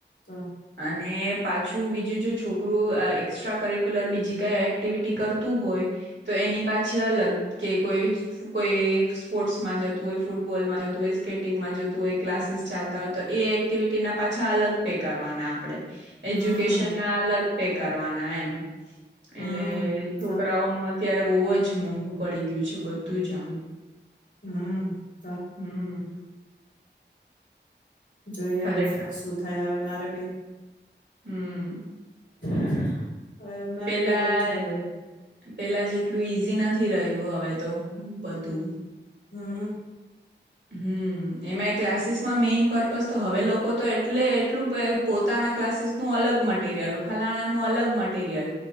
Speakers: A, on the left; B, on the right.
A: તો
B: અને પાછું બીજું જો છોકરું અ એક એકસ્ટ્રા કરિક્યુલર બીજી કઈ એક્ટિવિટી કરતું હોય તો એની પાછી અલગ કે કોઈ કોઈ સ્પોર્ટ્સમાં જતું હોય ફૂટબોલમાં જતું હોય સ્કેટિંગમાં જતું હોય ક્લાસીસ ચાલતા હોય તો એ એક્ટિવિટીના પાછા અલગ પે કરવાના આમ. આપણે એજ્યુકેશન
A: હમ
B: ના અલગ. બેકાર. કરવાના એમ.
A: હમ
B: એટલે છોકરાઓનું
A: તો
B: અત્યારે બહુ જ મોંઘું પડી ગયું છે બધું જ આમ.
A: હમ્મ. હ
B: હમ
A: જોઈ
B: ખરેખર
A: હવે શું શું થાય હવે મારે. <unintelligible>
B: હમ્મ.
A: <unintelligible> હવે અમારે
B: પેલા
A: બી એવું જ થાય ભાઈ.
B: પેલા જેટલું ઈઝી નથી રહ્યું હવે તો બધું.
A: હમ
B: હમ્મ એમાં એ ક્લાસીસમાં મેઈન પર્પઝ તો હવે લોકો તો એટલે એટલું પોતાના ક્લાસીસનું અલગ મટીરિયલ ફલાણાનું અલગ મટીરિયલ